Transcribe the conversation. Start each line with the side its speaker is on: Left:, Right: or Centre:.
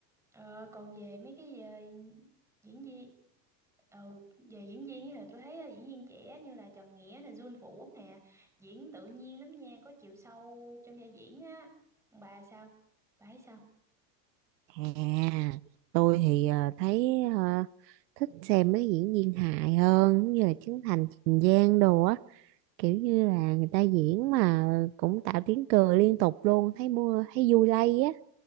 Centre: Ờ, còn về mấy cái ờ, diễn viên ừ, về diễn viên á thì tôi thấy ờ, diễn viên trẻ như là Trần Nghĩa nè, Jun Vũ nè, diễn tự nhiên lắm nha, có chiều sâu trong vai diễn á. Còn Bà sao? Bà thấy sao?
Right: à tôi thì ờ, thấy ờ, thích xem mấy diễn viên hài hơn như là Trấn Thành Trình Giang đồ á kiểu như là người ta diễn mà cũng tạo tiếng cười liên tục luôn thấy mua thấy vui lây á